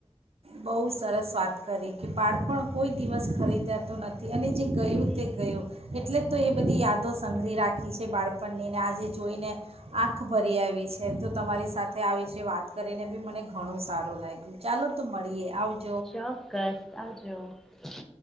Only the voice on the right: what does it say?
બહુ સરસ વાત કરી. કે બાળપણ કોઈ દિવસ ખરીદત નથી અને જે ગયું તે ગયો. એટલે જ તો એ બધી યાદો સંગળ રાખી છે બાળપણનીને આજે જોઈને આંખ ભરી આવી છે તો તમારી સાથે આ વિશે વાત કરીને બી મને ઘણું સારું લાગ્યું. ચાલો તો મળીએ આવજ